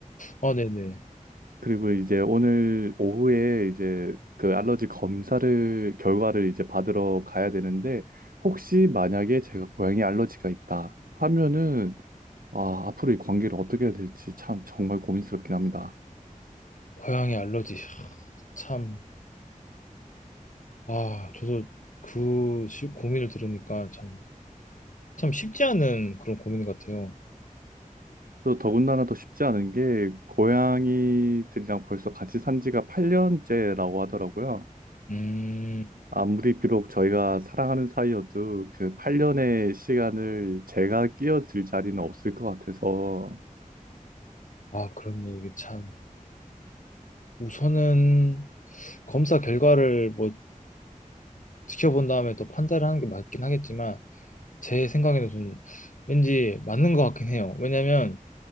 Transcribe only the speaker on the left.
아, 네네.
고양이 알러지. 하, 참, 아, 저도 그 시- 고민을 들으니까 참, 참 쉽지 않은 그런 고민 같아요.
음,
아, 그렇네요. 이게 참. 우선은 검사 결과를 뭐 지켜본 다음에 또 판단을 하는 게 맞긴 하겠지만, 제 생각에는 좀 왠지 맞는 것 같긴 해요. 왜냐면